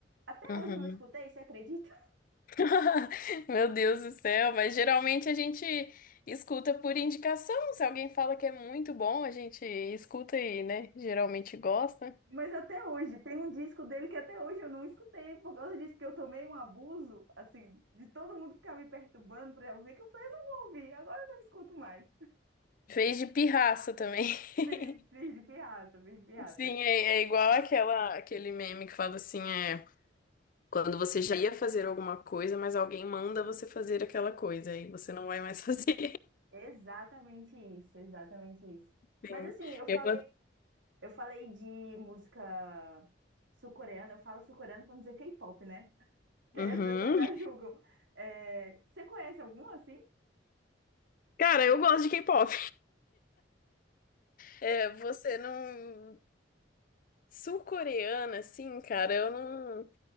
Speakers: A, on the right (about 85°); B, on the left (about 50°).
A: Até
B: Uhum.
A: hoje eu não escutei, você acredita?
B: <laughs> Meu Deus do céu, mas geralmente a gente escuta por indicação. Se alguém fala que é muito bom, a gente escuta e, né? Geralmente gosta.
A: Mas até hoje, tem um disco dele que até hoje eu não escutei por causa disso, porque eu tomei um abuso, assim, de todo mundo ficar me perturbando pra eu ouvir, que eu falei, eu não vou ouvir, agora eu não escuto mais.
B: Fez de pirraça também. <laughs>
A: Fiz, fiz de pirraça, fiz de pirraça.
B: Sim, é, é igual aquela, aquele meme que fala assim, é quando você já ia fazer alguma coisa, mas alguém manda você fazer aquela coisa e você não vai mais <laughs> fazer.
A: Exatamente isso, exatamente isso.
B: Sim,
A: Mas assim, eu falei,
B: eu...
A: eu falei de música sul-coreana, eu falo sul-coreana pra não dizer K-pop, né? Que
B: Uhum.
A: aí as pessoas já julgam. É, você conhece algum assim?
B: Cara, eu gosto de K-pop. É, você não. Sul-coreana, assim, cara, eu não.